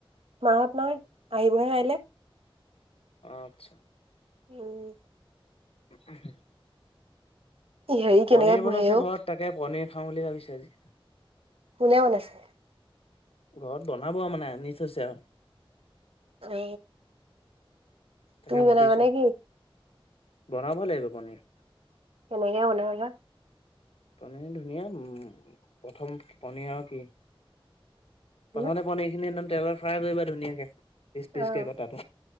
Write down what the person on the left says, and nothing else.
আচ্ছা।
<unintelligible>
পনীৰ
বনাইছে
ঘৰত। তাকে পনিৰ খাওঁ বুলি ভাবিছোঁ আজি।
ঘৰত বনাব আৰু মানে আনি থৈছে আৰু।
তাকে
ভাবিছো।
বনাব লাগিব পনীৰ।
পনীৰ ধুনীয়া উম, প্ৰথম পনীৰ আৰু কি?
প্ৰথমতে পনীৰখিনি একদম তেলত ফ্ৰাই কৰিবা ধুনীয়াকে, পিচ
পিচ কে কটাটো।